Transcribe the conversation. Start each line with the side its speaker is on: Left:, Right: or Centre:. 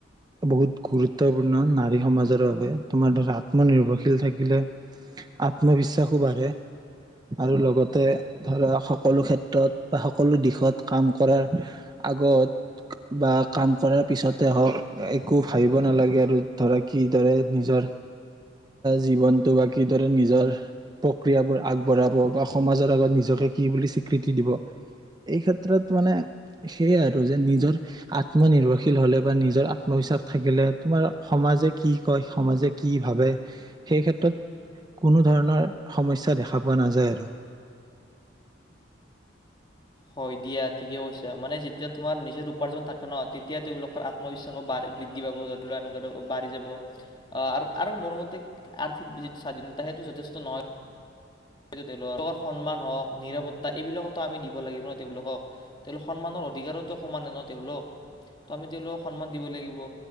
Right: বহুত গুৰুত্বপূৰ্ণ নাৰী সমাজৰ বাবে তোমাৰ ধৰা আত্মনিৰ্ভৰশীল থাকিলে আত্মবিশ্বাসো বাঢ়ে আৰু লগতে ধৰা সকলো ক্ষেত্ৰত বা সকলো দিশত কাম কৰাৰ আগত বা কাম কৰাৰ পিছতে হওক একো ভাবিব নালাগে আৰু ধৰা কিদৰে নিজৰ জীৱনটো বা কিদৰে নিজৰ প্ৰক্ৰিয়াবোৰ আগবঢ়াব বা সমাজৰ আগত নিজকে কি বুলি স্বীকৃতি দিব এই ক্ষেত্ৰত মানে সেয়াই আৰু যে নিজৰ আত্মনিৰ্ভৰশীল হলে বা নিজৰ আত্মবিশ্বাস থাকিলে তোমাৰ সমাজে কি কয় সমাজে কি ভাবে সেই ক্ষেত্ৰত কোনো ধৰণৰ সমস্যা দেখা পোৱা নাযায় আৰু
Left: হয় দিয়া ঠিকে কৈছা মানে যেতিয়া তোমাৰ নিজৰ উপাৰ্জন থাকে ন তেতিয়া তেওঁলোকৰ আত্মবিশ্বাসো বাঢ়ে বৃদ্ধি পাব ধৰি লোৱা এনেকুৱা বাঢ়ি যাব আহ আৰু মোৰ মতে আৰ্থিক যিটো স্বাধীনতা সেইটো যথেষ্ট নহয় হয়ো তেওঁলোকৰ সন্মান হওক নিৰাপত্তা এইবিলাকতো আমি দিব লাগিব ন তেওঁলোকক তেওঁলোকক সন্মানৰ অধিকাৰতো সমানে ন তেওঁলোক তো আমি তেওঁলোকক সন্মান দিব লাগিব